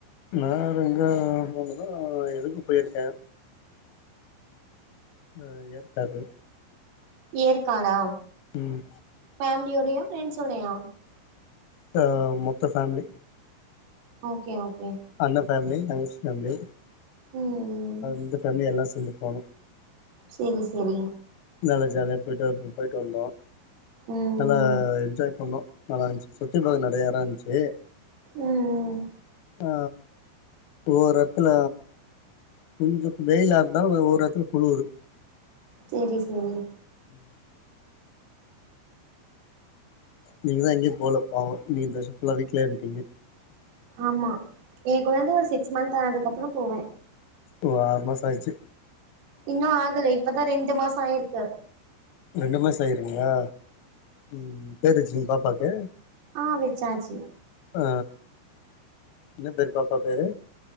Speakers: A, on the left (about 80°); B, on the right (about 75°).
A: நா ரெண்டாவதா போனது இதுக்கு போயிருக்கே அது ஏற்காடு
B: ஏற்காடா
A: ம்
B: ஃபேம்லியோடயா ஃப்ரெண்ட்ஸ்ஸோடயா
A: இது மொத்த ஃபேமிலி
B: ஓகே ஓகே
A: அண்ண ஃபேமிலி தங்கச்சி ஃபேமிலி
B: ம் ம்
A: இந்த ஃபேமிலி எல்லா செர்ந்து போனோ
B: செரி செரி
A: நல்லா ஜாலியா போய்டு போய்டு வந்தோ
B: ம்
A: நல்லா
B: ம்
A: என்ஜாய் பண்ணோ நல்லா இருந்ச்சு சுத்தி பா நறைய எடம் இருந்ச்சு
B: ம் ம்
A: ஆ ஓர் எட்துல கொஞ்ச வெயிலா இருந்தாலு ஒரு எட்த்துல குளுரு
B: செரி செரி
A: ம் நீங்க தான் எங்கேயு போல பாவோ நீங்க இந்த வஷ்ம் ஃபுல்லா வீட்லயே இருந்டீங்க
B: ஆமா என் கொழந்த ஒரு சிக்ஸ் மந்த் ஆனதுக்கப்பறம் போவே
A: ஒ ஆருமாசாமாயிச்சு
B: இன்னும் ஆகல இப்பதா ரெண்டு மாசம் ஆயிருக்கு
A: ரெண்டு மாச ஆயிருங்களா ம் பேர் வச்சிங்க பாப்பாக்கு
B: ஆ வெச்சாச்சு
A: அ என்ன பேரு பாப்பா பேரு